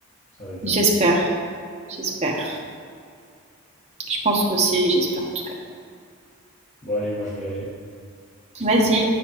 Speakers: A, on the left; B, on the right.
A: Ça va être bien.
B: J'espère, j'espère. Je pense aussi, j'espère en tout cas.
A: Bon, allez, moi, je vais y aller.
B: Vas-y.